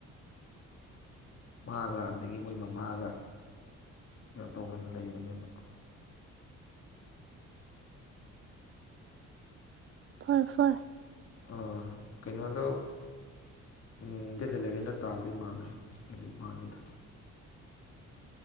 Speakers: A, on the left; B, on the right.
A: ꯃꯥꯒ ꯑꯗꯒꯤ ꯃꯣꯏ ꯃꯃꯥꯒ ꯀꯩꯅꯣ ꯇꯧꯕ ꯂꯩꯕꯅꯦꯕ
B: <inaudible> ꯐ꯭ꯔ ꯐ꯭ꯔ
A: ꯑ ꯀꯩꯅꯣꯗꯣ ꯎꯝ ꯗꯦꯠ ꯑꯦꯂꯚꯦꯟꯗ ꯇꯥꯗꯣꯏ ꯃꯥꯜꯂꯦ <unintelligible>